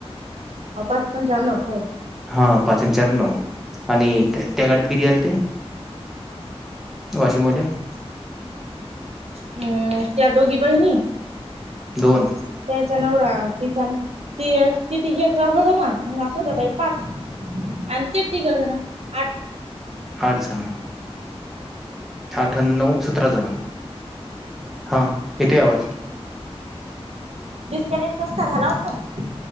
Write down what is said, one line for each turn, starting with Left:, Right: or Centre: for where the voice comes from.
Right: अपासण जाल हो.
Centre: हा पाच आणि चार नऊ आणि त्या गाडी्यात किती आल ते वावाशिममध्ये आहे.
Right: हम्म त्या दोघी बाईनी
Centre: दोन
Right: त्याचा नवरा तिचा त तिथ हे चौघ झा ना असंता पाच आणि ते ठीकतं ना आठ.
Centre: आठ सल अठण्णव सतरा जण हा इथे आवाज
Right: डस्कनेक्ट असता घालाव फण